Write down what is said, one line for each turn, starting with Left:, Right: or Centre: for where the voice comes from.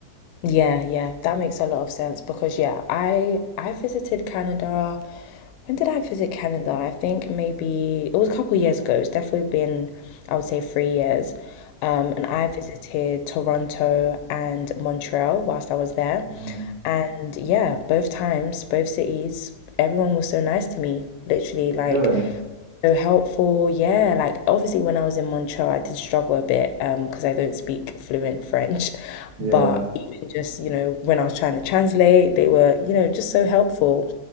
Left: Yeah, yeah, that makes a lot of sense because yeah, I I visited Canada. When did I visit Canada? I think maybe it was a couple of years ago. It's definitely been, I would say, three years. Um, and I visited Toronto and Montreal whilst I was there.
Right: Mm-hmm.
Left: And yeah, both times, both cities, everyone was so nice to me. Literally, like
Right: Really?
Left: so helpful. Yeah, like obviously when I was in Montreal, I did struggle a bit um because I don't speak fluent <laughs> French,
Right: Yeah.
Left: but even just, you know, when I was trying to translate, they were, you know, just so helpful.